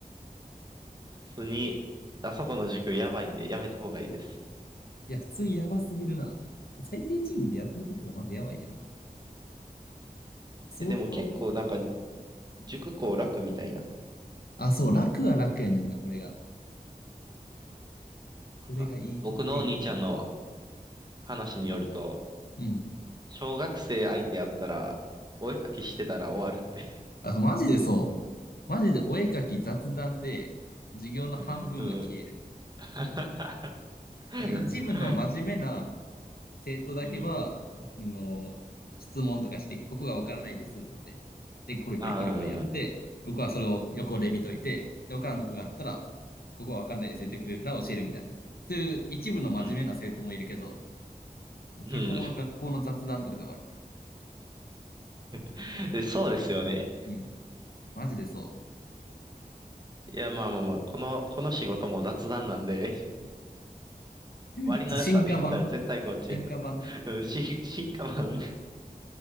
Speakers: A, on the right (about 25°); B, on the left (about 85°).
A: 普通に、あそこの塾やばいんでやめた方がいいです。
B: いや、普通にやばすぎるな。最低賃金でやってるとこがまずやばいけどな。相当、
A: え、でも結構なんか
B: うん、
A: 塾校楽みたいな。
B: あ、そう、楽は楽やねんな、これが。
A: なんか僕のお兄ちゃんの
B: これがいいとこ、いいことに。
A: 話によると、
B: うん。
A: 小学生相手やったら、お絵かきしてたら終わるって。
B: あ、そうマジでそう。マジでお絵かき雑談で、授業の半分は消える。
A: <laughs> うん。<laughs>
B: なんか一部の真面目な
A: う
B: 生徒だけは、
A: ん。
B: あの、質問とかしてきて、ここがわからないですって言って。で、コリコリコリコリやって、
A: あ <laughs> あ、うん。
B: 僕はそれを横で見といて、
A: うん。
B: で、わからんとこがあったら、ここはわかんないですって言ってくれるから教えるみたいな。そういう一部の真面目な生徒もいるけど、
A: うん。うん
B: 基本は学校の雑談とかで終わる。
A: <laughs> そうですよね。
B: うん。マジでそ
A: いや、まあまあまあ、この、この仕事も雑談なんで、<laughs> 割の良さで言ったら絶対こっちやけど。
B: う。進化版進化版ね。
A: <laughs> うん、進進化版。